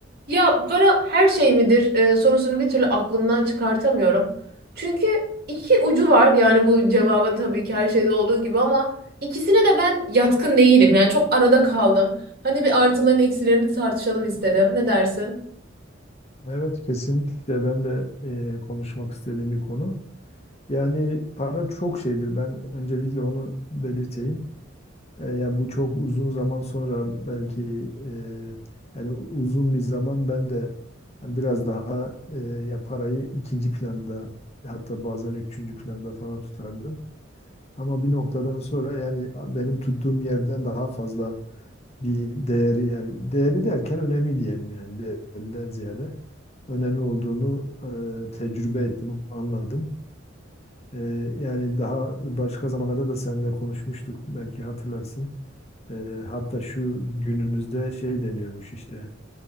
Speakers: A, on the right; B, on the left.
A: Ya para her şey midir e, sorusunu bir türlü aklımdan çıkartamıyorum. Çünkü iki ucu var yani bu cevabın tabii ki her şeyde olduğu gibi ama ikisine de ben yatkın değilim. Yani çok arada kaldım. Hani bir artılarını eksilerini tartışalım istedim. Ne dersin?
B: Evet kesinlikle ben de e, konuşmak istediğim bir konu. Yani para çok şeydir. Ben öncelikle onu belirteyim. E, yani bu çok uzun zaman sonra belki e, yani u- uzun bir zaman ben de yani biraz daha e, ya parayı ikinci planda hatta bazen üçüncü planda falan tutardım. Ama bir noktadan sonra yani a- benim tuttuğum yerden daha fazla bir değeri yani değeri derken önemli diyelim yani değerinden ziyade önemi olduğunu e, tecrübe ettim, anladım. E, yani daha başka zamanlarda da seninle konuşmuştuk belki hatırlarsın. E, hatta şu günümüzde şey deniyormuş işte